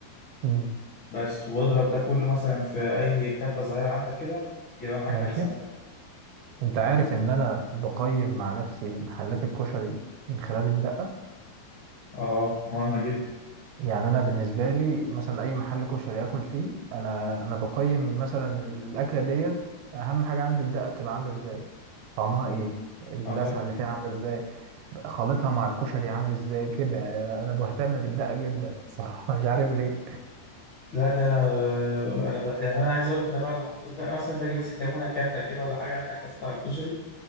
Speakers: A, on the right; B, on the left.
A: مم.
B: بس واضرب ده كله مثلا في اي كبه صغيره عندك كده يبقى معاك
A: ماشي
B: احسن حاجه
A: انت عارف ان انا بقيم مع نفسي محلات الكشري من خلال الدقة
B: اه مهمه جدا
A: يعني انا بالنسبه لي مثلا اي محل كشري اكل فيه انا انا بقيم مثلا ال- الاكله ديت اهم حاجه عندي الدقه بتبقى عامله ازاي طعمها ايه اللسعه
B: اه طبعا
A: اللي فيها عامله ازاي خلطها مع الكشري عامل ازاي كده يعني انا بهتم بالدقه جدا <laughs> صراحه مش عارف ليه
B: لا ده انا انا ب... يعني انا عايز اقول لك انا بعد ما احط الدقه مثلا باجي ماسك ليمونه كامله كده ولا حاجه حاجه حاططها على الكشري